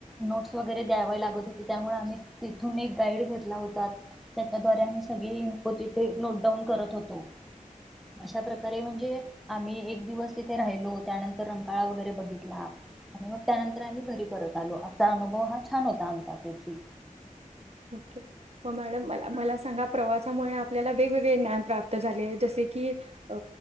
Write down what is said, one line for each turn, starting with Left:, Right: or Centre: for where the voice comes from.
Centre: नोट्स वगैरे द्यावे लागत होते, त्यामुळे आम्ही तिथून एक गाइड घेतला होता, त्याच्याद्वारे आम्ही सगळे इम्पॉजिट नोटडाऊन करत होतो, अशा प्रकार रे म्हणजे आम्ही एक दिवस तिथे राहिलो त्यानंतर रंकाळा वगैरे बघितला आणि मग त्यानंतर आम्ही घरी परत आलो अमचा अनुभव हा छान होता आमचा क्वचित
Right: ओके मग मॅडम मला मला सांगा प्रवासामुळे आपल्याला वेग-वेगळे ज्ञान प्राप्त झाले जसे की अ